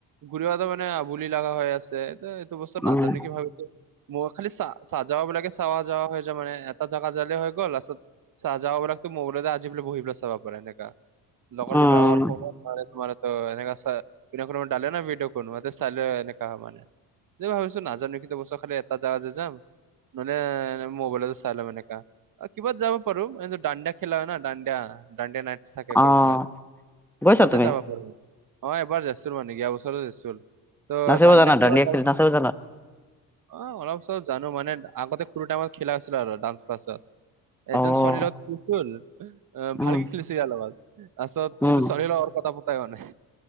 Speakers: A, on the right (about 50°); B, in the centre.
A: ঘূৰিৱা মানে আবুলি লগা হৈ আছে এটো বস্তু
B: উম,
A: নাজানো কি ভালকৈ, মই খালি চা-চা সজাৰ বিলাকে চাৱা যাৱা হুই মানে এটা জাগা জাললে হৈ গ'ল আছ সজাৰ বিলাকতো মোৰ বুকুতে আজিলে বহি পেলাই চাব পাৰে সেনেককা। লগৰ
B: উম,
A: বিলাকৰ ফোন মানে তোমাৰ ত এনে ডালে ন ভডঅ' কোন ম চাই এনেকা মানে। এই ভাবিছো নাজানো কিন্তু বস্তু খালি এটা জাগা যে যাম নহ'লে মোবাইলত চাই ল'ম এনেকা কিবাত যাব পাৰোঁ হেজে দাণ্ডিয়া খেলা দাণ্ডিয়া দাণ্ডিয়া নাই। থাকে ক
B: অ'।
A: পেলাই
B: গৈছা
A: তাতে
B: তুমি?
A: যাবা পাৰ। অ', এবাৰ যাইছিলো মানে কি বছৰতো যাইছিল তদাণ্ডিয়া
B: নাচিব জানা?
A: খেলিব
B: দাণ্ডিয়া
A: যাওঁ
B: খেল নাচিব জানা?
A: আহ অলপ চলপ জানো মানে আগতে কোনো টাইমত খেলা আছিল আৰু ডান্স ক্লাছত।
B: অ',
A: এজন ছোৱালী লগত কচল
B: উম,
A: ভালকে খেলিছ যালগত। তাৰপিছত
B: উম,
A: এইটো ছোৱালী লগত কথা পতা হোৱানাই।